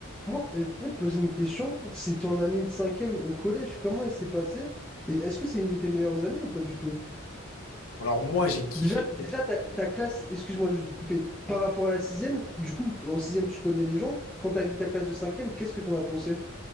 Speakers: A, in the centre; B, on the left.
A: Moi, j'aimerais te poser une question. C'est ton année de cinquième au collège, comment il s'est passé? Et est-ce que c'est une de tes meilleures années ou pas du tout?
B: Alors moi, j'ai kiffé.
A: Déjà, déjà ta, ta classe, excuse-moi juste de te couper, par rapport à la sixième, du coup, en sixième, tu connais les gens. Quand tu as vu ta classe de cinquième, qu'est-ce que tu en as pensé?